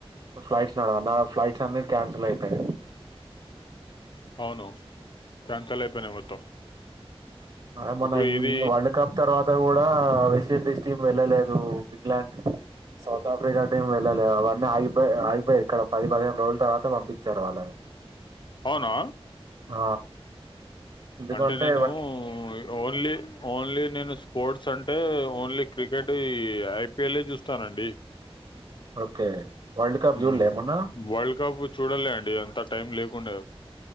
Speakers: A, on the right (about 50°); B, on the left (about 50°).
A: ఫ్లైట్స్ నడవాలి నా ఫ్లైట్స్ అన్ని క్యాన్సిల్ అయిపోయినాయి
B: అవును చన్ చల్ అయిపెయినై మొత్తం
A: అదే మొన్న
B: ఇప్పుడు
A: <unintelligible>
B: ఇది
A: వరల్డ్ కప్ తర్వాత గుడా వెస్ట్ ఇండీస్ టీమ్ వెళ్ళలేదు ఇంగ్లాండ్ సౌత్ ఆఫ్రిక టీమ్ వెళ్లే అవన్నీ ఆగి అయి అయిపోయి ఇక్కడ పది పదిహేను రోజుల తర్వాత పంపించారు వాళ్ళని
B: అవునా
A: ఆ ఎందుకంటే
B: అంటే నేను ఓన్లీ ఓన్లీ నేను స్పోర్ట్స్ అంటే ఓన్లీ క్రికెట్ ఐపిఎల్ చూస్తానండి
A: ఓకే వరల్డ్ కప్
B: హు
A: చూడలే మొన్న
B: వరల్డ్ కప్ చూడాలే అండి ఎంత టైం లేకుండే